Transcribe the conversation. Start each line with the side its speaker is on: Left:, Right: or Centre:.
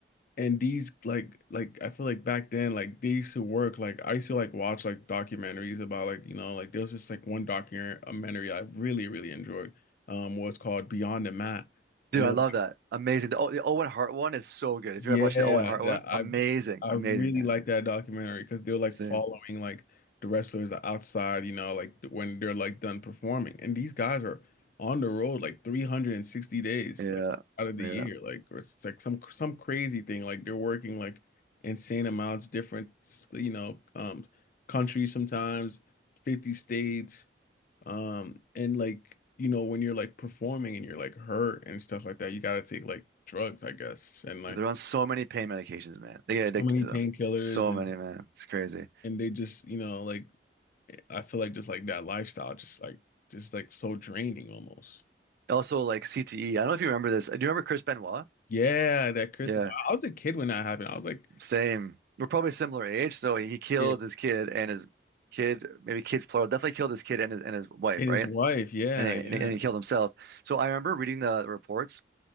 Left: and these like like I feel like back then like they used to work like I used to like watch like documentaries about like you know like there was just like one documentary I really really enjoyed um was called Beyond the Mat and
Right: Dude,
Left: it
Right: I love
Left: was
Right: that. Amazing. The, oh, the Owen Hart one is so good.
Left: Yeah,
Right: If you ever watched the Owen Hart
Left: that
Right: one,
Left: I
Right: amazing,
Left: I
Right: amazing,
Left: really
Right: man.
Left: like that documentary because they're like
Right: Same.
Left: following like the wrestlers outside, you know, like when they're like done performing. And these guys are on the road like 360 days
Right: Yeah,
Left: like out of the
Right: yeah.
Left: year. Like or it's like some some crazy thing. Like they're working like insane amounts, different you know, um countries sometimes, 50 states. Um and like you know when you're like performing and you're like hurt and stuff like that, you gotta take like drugs, I guess. And like
Right: They're on so many pain medications, man. They get addicted
Left: so many
Right: to
Left: painkillers
Right: them. So
Left: and
Right: many, man. It's crazy.
Left: and they just you know like I feel like just like that lifestyle just like just like so draining almost.
Right: Also, like CTE. I don't know if you remember this. Do you remember Chris Benoit?
Left: Yeah, that Chris.
Right: Yeah,
Left: I was a kid when that happened. I was like,
Right: same. We're probably similar age. So he killed
Left: yeah,
Right: his kid and his kid, maybe kids plural, definitely killed his kid and his, and his wife,
Left: and
Right: right?
Left: his wife. Yeah,
Right: And he,
Left: yeah,
Right: and he and he killed himself. So I remember reading the reports